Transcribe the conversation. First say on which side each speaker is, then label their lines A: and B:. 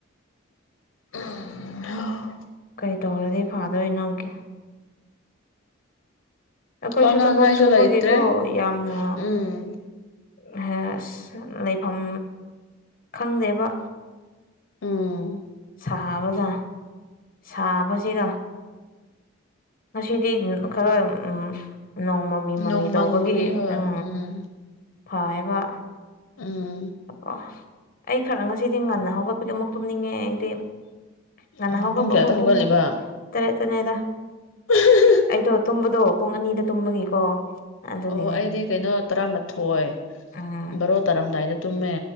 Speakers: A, on the left; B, on the left.
A: ꯎꯝ
B: ꯀꯔꯤ ꯇꯧꯔꯗꯤ ꯐꯥꯗꯣꯏꯅꯣꯒꯤ꯫ ꯑꯩꯈꯣꯏꯁꯨ
A: ꯋꯥ ꯉꯥꯡꯉꯥꯏꯁꯨ
B: ꯊꯕꯛ ꯁꯨꯕꯒꯤꯀꯣ
A: ꯂꯩꯇ꯭ꯔꯦ
B: ꯌꯥꯝꯅ
A: ꯎꯝ
B: ꯑꯍ ꯑꯁ ꯂꯩꯐꯝ ꯈꯪꯗꯦꯕ
A: ꯎꯝ
B: ꯁꯥꯕꯗ ꯁꯥꯕꯁꯤꯒ ꯉꯁꯤꯗꯤ ꯈꯔ ꯎꯝ ꯅꯣꯡ ꯃꯃꯤ ꯃꯃꯤ
A: ꯅꯣꯡ
B: ꯇꯧꯕꯒꯤ
A: ꯃꯪꯕꯒꯤ ꯍꯣꯏ
B: ꯎ
A: ꯎꯝ
B: ꯐꯌꯦꯕ
A: ꯎꯝ
B: ꯑ ꯑꯩ ꯈꯔ ꯉꯁꯤꯗꯤ ꯉꯟꯅ ꯍꯧꯒꯠꯄꯒꯤ ꯑꯃꯨꯛ ꯇꯨꯝꯅꯤꯡꯉꯦ ꯑꯩꯗꯤ ꯉꯟꯅ
A: ꯎꯝ
B: ꯍꯧꯒꯠꯄꯕꯨ
A: ꯀꯌꯥꯗ ꯍꯧꯒꯠꯂꯤꯕ
B: ꯄꯨꯡ ꯇꯔꯦꯠꯇꯅꯦꯗ
A: <unintelligible>
B: ꯑꯩꯗꯣ ꯇꯨꯝꯕꯗꯣ ꯄꯨꯡ ꯑꯅꯤꯗ ꯇꯨꯝꯕꯒꯤꯀꯣ ꯑꯗꯨꯒꯤꯅꯦ
A: ꯑꯣ ꯑꯩꯗꯤ ꯀꯩꯅꯣ ꯇꯔꯥꯃꯊꯣꯏ
B: ꯎꯝ
A: ꯕꯥꯔꯣ ꯇꯥꯔꯝꯗꯥꯏꯗ ꯇꯨꯝꯃꯦ